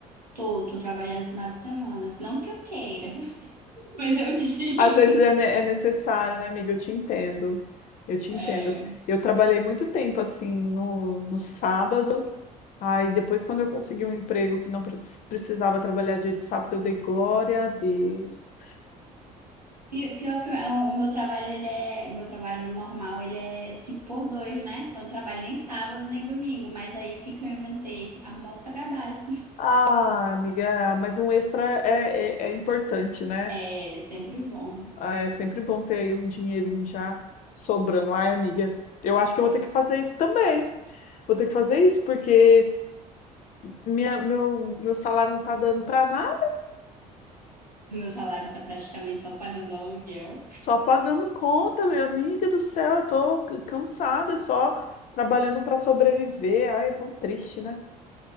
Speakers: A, on the right; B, on the left.
A: Tô, tô trabalhando no final de semana. se Não que eu queira, <laughs> mas é o jeito.
B: Às vezes é, ne- é necessário, né, amiga? Eu te entendo. Eu te
A: É.
B: entendo. Eu trabalhei muito tempo, assim, no, no sábado. Aí depois, quando eu consegui um emprego que não pre- precisava trabalhar dia de sábado, eu dei glória a Deus.
A: E Pior que o, é, o meu trabalho, ele é, o meu trabalho normal, ele é 5 por dois né? Então eu trabalho nem sábado, nem domingo. Mas aí o que que eu inventei? Arrumar o trabalho.
B: Ah, amiga, mas um extra é, é é importante, né?
A: É sempre bom.
B: Ah, é sempre bom ter aí um dinheirinho já sobrando. Ai, amiga, eu acho que eu vou ter que fazer isso também. Vou ter que fazer isso porque minha, meu, meu salário não tá dando pra nada,
A: Meu salário tá praticamente só pagando aluguel.
B: só pagando conta, minha amiga do céu. Eu tô c- cansada, só trabalhando pra sobreviver. Ai, é tão triste, né?